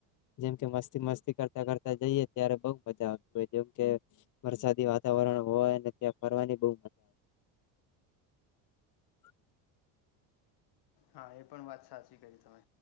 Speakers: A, on the left; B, on the left.
A: જેમ કે મસ્તી મસ્તી કરતા કર તા જઈએ ત્યારે બોઉ મજા આવતી હોય જેમ કે વરસાદી વાતાવરણ હોયને ત્યાં ફરવાની બો <unintelligible>
B: હા એ પણ વાત સાચી કહીં તમે